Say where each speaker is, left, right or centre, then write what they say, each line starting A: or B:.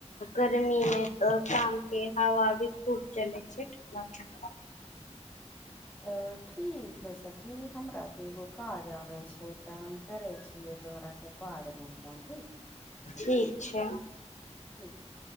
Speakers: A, on the left (about 85°); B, on the left (about 15°).
A: गर्मी मे तऽ कामके हवा भी खूब चलै छै ठण्डा ठण्डा
B: ओ ठीक है सखी हमरा के एगो काज आबै छै तऽ हम करै छियै तोहराके बादमे फोन ठीक
A: ठीक छै
B: ठीक